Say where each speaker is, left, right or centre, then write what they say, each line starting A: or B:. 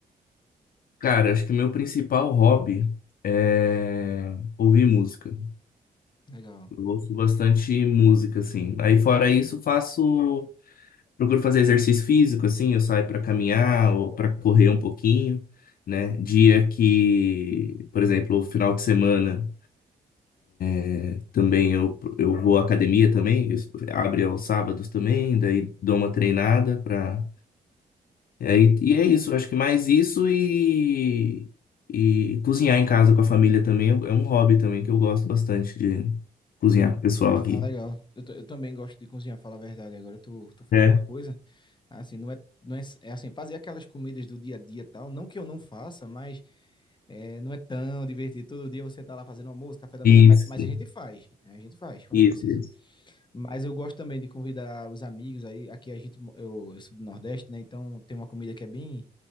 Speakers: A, on the left; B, on the left.
A: Cara, acho que meu principal hobby é ouvir música.
B: Legal.
A: Eu ouço bastante música, assim. Aí, fora isso, faço. Procuro fazer exercício físico, assim. Eu saio pra caminhar ou pra correr um pouquinho, né? Dia que, por exemplo, final de semana. É, Também eu, eu vou à academia também, isso abre aos sábados também, daí dou uma treinada pra. é, E aí- e é isso, acho que mais isso e, e cozinhar em casa com a família também é um hobby também que eu gosto bastante de cozinhar com o pessoal aqui.
B: Ah, legal. Eu, t- eu também gosto de cozinhar, falar a verdade. Agora tu, tu falou
A: É,
B: uma coisa. Assim, não é, não é, é assim, fazer aquelas comidas do dia a dia e tal, não que eu não faça, mas é, não é tão divertido. Todo dia você tá lá fazendo almoço, café da
A: isso,
B: manhã, mas, mas a gente faz, é, a gente faz quando
A: isso,
B: precisa.
A: isso.
B: Mas eu gosto também de convidar os amigos aí, aqui a gente, mo- eu, eu sou do Nordeste, né? Então tem uma comida que é bem,